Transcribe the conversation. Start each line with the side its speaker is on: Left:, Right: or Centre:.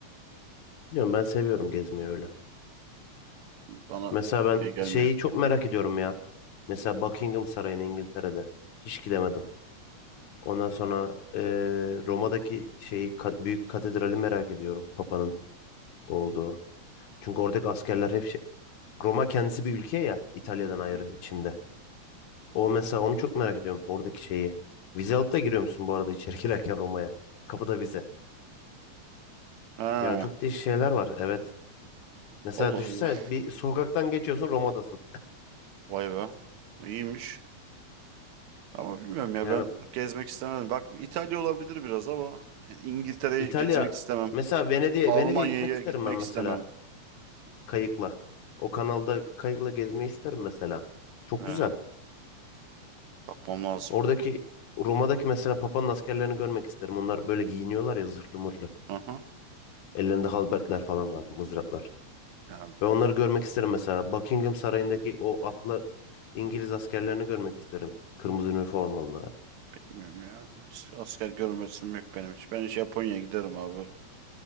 Left: Bilmiyorum ben seviyorum gezmeyi öyle.
Right: Bana
Left: Mesela ben
Right: şey gelmiyor.
Left: şeyi çok merak ediyorum ya. Mesela Buckingham Sarayı'nı İngiltere'de. Hiç gidemedim. Ondan sonra eee, Roma'daki şeyi ka- büyük katedrali merak ediyorum. Papa'nın olduğu. Çünkü oradaki askerler hep şey, Roma kendisi bir ülke ya İtalya'dan ayrı
Right: Hı hı.
Left: içinde. O mesela onu çok merak ediyorum oradaki şeyi. Vize alıp da giriyor musun bu arada içeri <laughs> girerken Roma'ya? Kapıda vize.
Right: Ha,
Left: Yani çok değişik şeyler var evet. Mesela
Right: Allah
Left: düşünsene
Right: Allah.
Left: bir sokaktan geçiyorsun Roma'dasın.
Right: Vay be. İyiymiş. Ama bilmiyorum ya
Left: Yani
Right: ben gezmek istemem. Bak İtalya olabilir biraz ama yani İngiltere'yi
Left: İtalya
Right: gezmek istemem.
Left: mesela Venedik'e
Right: Almanya'ya
Left: Venedik'e gitmek isterim
Right: gitmek
Left: ben mesela
Right: istemem.
Left: kayıkla. O kanalda kayıkla gezmeyi isterim mesela. Çok
Right: He,
Left: güzel.
Right: bakmam lazım.
Left: Oradaki Roma'daki mesela Papa'nın askerlerini görmek isterim. Onlar böyle giyiniyorlar ya zırhlı mırlı.
Right: Aha.
Left: Ellerinde halbertler falan var, mızraklar.
Right: Ya
Left: Ve onları görmek isterim mesela. Buckingham Sarayı'ndaki o atlı İngiliz askerlerini görmek isterim. Kırmızı üniformalılar.
Right: bilmiyorum ya. As- Asker görmesim yok benim hiç. Ben hiç Japonya'ya giderim abi.